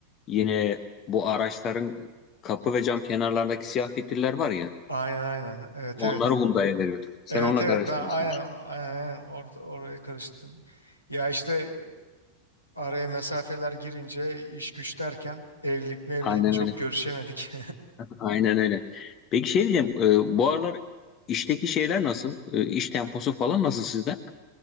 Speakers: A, on the left; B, on the left.
A: yine bu araçların kapı ve cam kenarlarındaki siyah fitiller var ya.
B: Aynen aynen. Evet
A: Onları
B: evet.
A: Hyundai'ye veriyorduk. Sen
B: Evet
A: onunla
B: evet
A: karıştırıyorsun.
B: ben aynen aynen aynen orada oraya karıştırdım. Ya işte Araya mesafeler girince iş güç derken evlilik mevlilik
A: Aynen
B: çok
A: öyle.
B: görüşemedik.
A: Aynen öyle. Peki şey diyeceğim, e, bu aralar işteki şeyler nasıl? E, iş temposu falan nasıl sizde?